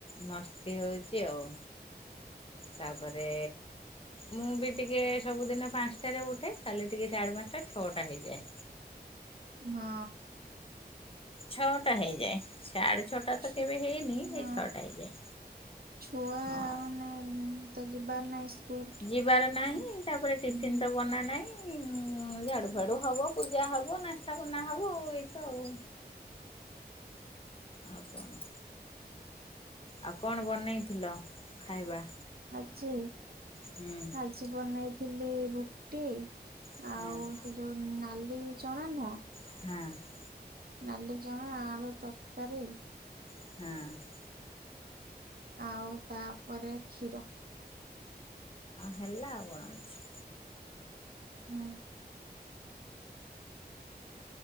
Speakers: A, on the left; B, on the right.
A: ମସ୍ତି ହଉଛି ଆଉ ତାପରେ। ମୁଁ ବି ଟିକେ ସବୁଦିନ ପାଞ୍ଚଟାରେ ଉଠେ ଖାଲି ଟିକେ ସାଢେ ପାଞ୍ଚଟା ଛଅଟା ହେଇଯାଏ।
B: ହଁ।
A: ଛଅଟା ହେଇଯାଏ ସାଢେ ଛଅଟା
B: ଛୁ
A: ତ କେବେ ହେଇନି ସେଇ
B: ହଁ
A: ଛଅଟା ହେଇଯାଏ।
B: ଛୁଆ
A: ହଁ
B: ମାନେ ତ ଜିବାର ନାହିଁ। ସ୍କୁଲ
A: ଯିବାର ନାହିଁ
B: ଆଉ
A: ତାପରେ ଟିଫିିନ
B: ହୁଁ
A: ତ ବନା ନାହିଁ। ଉ ଝାଡୁ
B: ହୁଁ
A: ଫାଡୁ ହବ ପୂଜା ହବ ନାସ୍ତା ବନା ହବ ଆଉ ଏଇତ ଆଉ। ଆଉ କଣ ଆଉ କଣ ବନେଇଥିଲ ଖାଇବା।
B: ଆଜି
A: ହୁଁ
B: ଆଜି ବନେଇଥିଲି ରୁଟି।
A: ହଁ।
B: ଆଉ ସେ ଯୋଉ ନାଲି ଚଣା ନୁହଁ।
A: <inaudible>
B: ନାଲି ଚଣା ଆଳୁ ତର୍କାରୀ।
A: <inaudible>
B: ଆଉ ତା'ପରେ କ୍ଷୀର।
A: ହେଲା ଆଉ, କ'ଣ ଅଛି?
B: ହୁଁ।